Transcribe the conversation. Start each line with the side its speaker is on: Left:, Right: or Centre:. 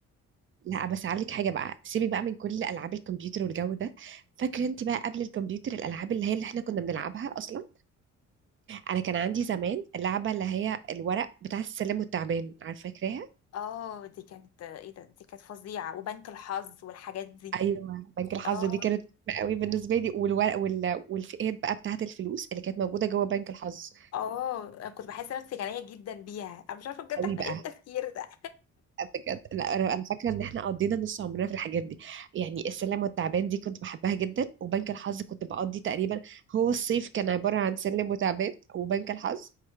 Right: لا بس هقول لك حاجة بقى سيبي بقى من كل ألعاب الكمبيوتر والجو ده فاكرة انت بقى قبل الكمبيوتر الألعاب اللي هي اللي احنا كنا بنلعبها أصلا انا كان عندي زمان اللعبه اللي هي الورق بتاع السلم والتعبان عارفه فاكراها
Left: اه دي كانت ايه ده دي كانت فظيعة وبنك الحظ والحاجات دي
Right: ايوه بنك الحظ
Left: اه
Right: دي كانت مهمة قوي بالنسبه لي والورق وال... والفئات بقى بتاعه الفلوس اللي كانت موجوده جوه بنك الحظ
Left: اه أنا كنت بحس نفسي غنية جدا بيها انا مش عارفة بجد
Right: قوي
Left: احنا
Right: بقى
Left: ايه التفكير ده
Right: بجد لا انا أنا فاكره ان احنا قضينا نص عمرنا في الحاجات دي يعني السلم والتعبان دي كنت بحبها جدا وبنك الحظ كنت بقضي تقريبا هو الصيف كان عباره عن سلم وتعبان وبنك الحظ